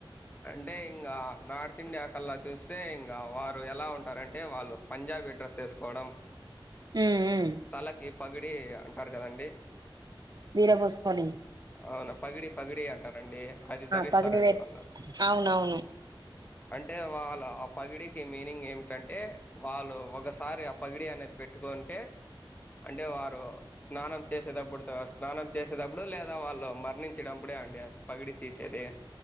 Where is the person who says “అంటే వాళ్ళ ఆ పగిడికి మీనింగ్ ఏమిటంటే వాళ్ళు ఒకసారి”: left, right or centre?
Left